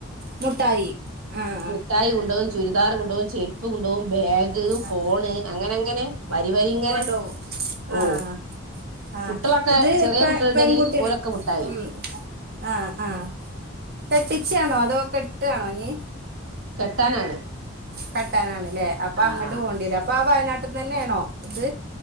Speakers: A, on the right; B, on the right.
A: മുട്ടായി ആഹ്
B: മുട്ടായി കുണ്ടോവും ചുരിദാറ് കുണ്ടോവും ചെര്പ്പ് കു കുണ്ടോവും ബാഗ്,
A: ആഹ്
B: ഫോണ് അങ്ങനങ്ങനെ വരി വരി ഇങ്ങനെ
A: കൊണ്ടോവും
B: ഓ
A: ആഹ് ആഹ്
B: കുട്ടികളൊക്കെ
A: ഇത്
B: ചെറിയ
A: പെ
B: കുട്ടികളുണ്ടെങ്കിൽ
A: പെൺകുട്ടിയള്
B: ഓലൊക്കെ മുട്ടായി
A: ഉം ആഹ് ആഹ് കെട്ടിച്ചാണോ അതോ കെട്ടാണോ ഇഞ്
B: കെട്ടാനാണ്
A: കെട്ടാനാണ് ലെ അപ്പ
B: ആഹ്
A: അങ്ങട്ട്
B: ആഹ്
A: പോണ്ട്യ ലെ അപ്പ ആ വയനാട്ടിന്നെണോ ഇത്